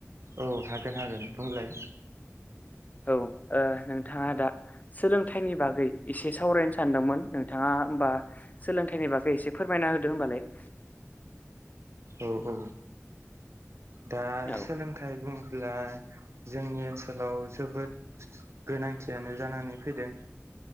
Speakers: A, on the right (about 60°); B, on the left (about 30°).
A: औ हागोन हागोन बुंलाय।
B: औ ओ नोंथाङा दा। सोलोंथाइनि बागै एसे सावरायनो सानदोंमोन नोंथाङा होमबा। सोलोंथाइनि बागै एसे फोरमायना होदों होनबालाय।
A: औ औ दा
B: औ
A: सोलोंथाइ बुङोब्ला। जोंनि ओनसोलाव जोबोद गोनांथियानो जानानै फैदों।